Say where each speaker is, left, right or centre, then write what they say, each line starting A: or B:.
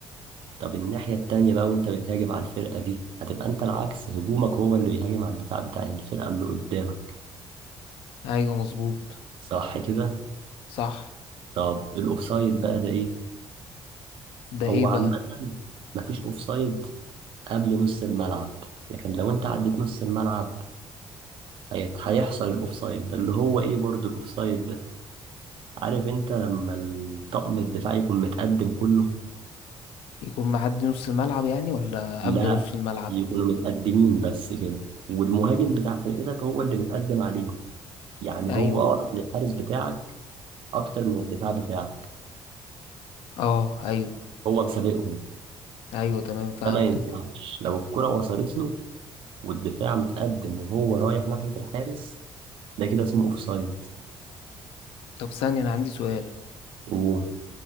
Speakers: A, on the right; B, on the left.
A: طب الناحية التانية بقى وانت بتهاجم على الفرقة دي هتبقى انت العكس هجومك هو اللي بيهاجم على الدفاع بتاع الفرقة اللي قدامك
B: ايوه مظبوط
A: صح كده
B: صح
A: طب الاوفسايد بقى ده ايه
B: ده
A: هو
B: ايه بقى
A: عامة مفيش اوفسايد قبل نص الملعب لكن لو انت عديت نص الملعب هيت- هيحصل الاوفسايد ده اللي هو ايه برضو الاوفسايد ده عارف انت لما الطقم الدفاعي يكون متقدم كله
B: يكون معدي نص الملعب يعني ولا
A: لا
B: قبل نص الملعب
A: يكونوا متقدمين بس كده والمهاجم بتاع فرقتك هو اللي متقدم عليهم يعني
B: ايوه
A: هو اقرب للحارس بتاعك اكتر من الدفاع بتاعك
B: اه ايوه
A: هو مسابقهم
B: ايوه تمام فهمتك
A: ده ما ينفعش لو الكرة وصلت له والدفاع متقدم وهو رايح ناحية الحارس ده كده اسمه اوفسايد
B: طب ثانية انا عندي سؤال
A: وما